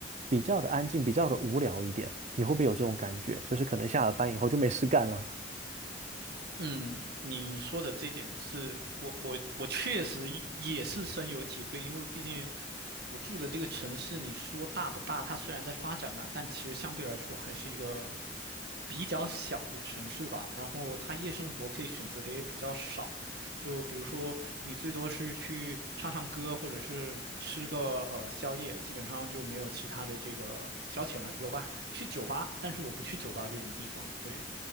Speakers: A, on the right (about 40°); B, on the right (about 60°).
A: 比较的安静，比较的无聊一点。你会不会有这种感觉？就是可能下了班以后就没事干了。
B: 嗯，你说的这点是我我我确实也是深有体会，因为毕竟我住的这个城市，你说大不大？它虽然在发展嘛，但其实相对来说还是一个比较小的城市吧。然后它夜生活可以选择的也比较少，就比如说你最多是去唱唱歌，或者是吃个呃宵夜，基本上就没有其他的这个消遣了。有吧？去酒吧，但是我不去酒吧这种地方。对，